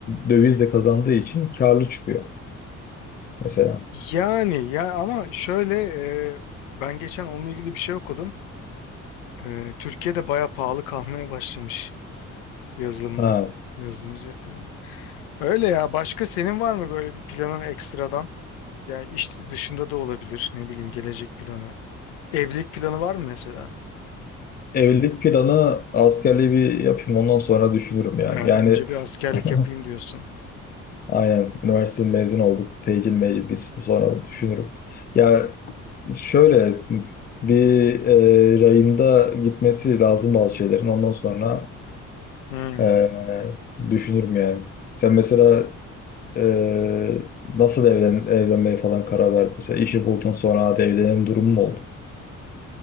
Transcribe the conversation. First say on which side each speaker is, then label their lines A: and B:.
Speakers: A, on the left; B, on the left.
A: dövizle kazandığı için karlı çıkıyor mesela.
B: Yani ya ama şöyle e, ben geçen onunla ilgili bir şey okudum. E, Türkiye'de baya pahalı kalmaya başlamış yazılımda.
A: Ha,
B: Yazılım hizmetlerinde. Öyle ya. Başka senin var mı böyle bir planın ekstradan? Yani iş dışında da olabilir. Ne bileyim gelecek planı. Evlilik planı var mı mesela?
A: evlilik planı askerliği bir yapayım ondan sonra düşünürüm ya.
B: Ee,
A: Yani
B: önce bir askerlik
A: <laughs>
B: yapayım diyorsun.
A: aynen üniversite mezun olduk. Tecil mecil bitsin sonra düşünürüm. Ya Şöyle bir e, rayında gitmesi lazım bazı şeylerin. Ondan sonra
B: Hmm.
A: e, düşünürüm yani. Sen mesela e, nasıl evlen evlenmeye falan karar verdin? Mesela işi buldun sonra hadi evlenelim durumu mu oldu?